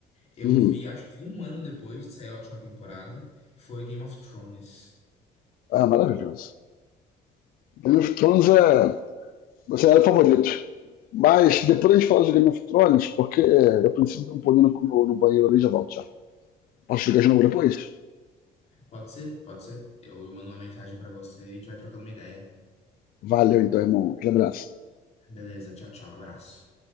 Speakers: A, on the left; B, on the left.
A: Eu
B: Uhum.
A: vi, acho que um ano depois de sair a última temporada, que foi Game of Thrones.
B: Ah, É maravilhoso. Game of Thrones é. Você era o favorito. Mas depois a gente fala de Game of Thrones, porque eu preciso dar um pulinho no, no banheiro ali e já volto já. Posso chegar de novo depois?
A: Pode ser? Pode ser? Eu mando uma mensagem pra você e a gente vai trocando uma ideia.
B: Valeu então, irmão. Aquele abraço.
A: Beleza, tchau, tchau, abraço.